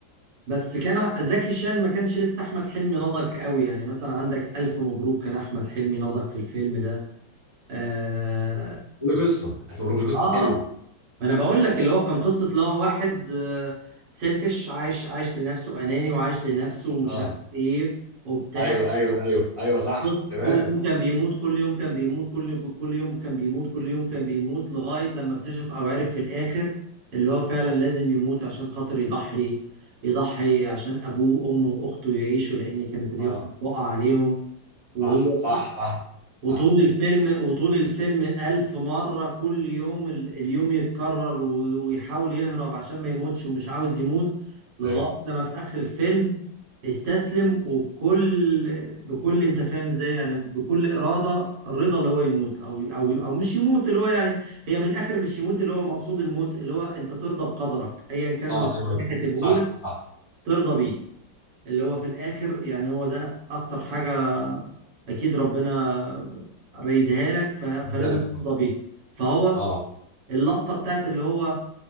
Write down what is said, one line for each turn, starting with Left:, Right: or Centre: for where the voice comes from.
Right: بس كان زكي شان ما كانش لسه احمد حلمي نضج قوي يعني مثلا عندك الف مبروك كان احمد حلمي نضج في الفيلم ده اه
Left: قول له قصه هتوريك قصه
Right: اه آه.
Left: حلوه
Right: انا بقول لك اللي هو كان قصه اللي هو واحد سيلفش عايش عايش لنفسه اناني وعايش لنفسه ومش
Left: اه
Right: عارف ايه وبتاع
Left: ايوه ايوه ايوه ايوه صح
Right: بص
Left: تمام
Right: كل يوم كان بيموت كل يوم كان بيموت كل كل يوم كان بيموت كل يوم كان بيموت لغاية لما اكتشف أو عرف في الآخر اللي هو فعلا لازم يموت عشان خاطر يضحي يضحي عشان أبوه وأمه وأخته يعيشوا لأن كانت اليافطة
Left: اه
Right: بتقع عليهم وهو
Left: صح صح صح صح
Right: وطول الفيلم وطول الفيلم ألف مرة كل يوم ال- اليوم يتكرر و- ويحاول يهرب عشان ما يموتش ومش عاوز يموت لغاية
Left: ايوه
Right: لما في آخر الفيلم استسلم وبكل بكل انت فاهم ازاي يعني بكل إرادة الرضا اللي هو يموت أو أو أو مش يموت اللي هو يعني هي من الآخر مش يموت اللي هو مقصود الموت اللي هو انت ترضى بقدرك أيا كان
Left: اه
Right: اللي
Left: ايوه
Right: ربنا كاتبه
Left: صح
Right: لك
Left: صح
Right: ترضى بيه اللي هو في الآخر يعني هو ده أخطر حاجة أكيد ربنا ريدها لك ف... فلازم
Left: بالك
Right: ترضى
Left: صح
Right: بيها فهو
Left: اه
Right: اللقطة بتاعت اللي هو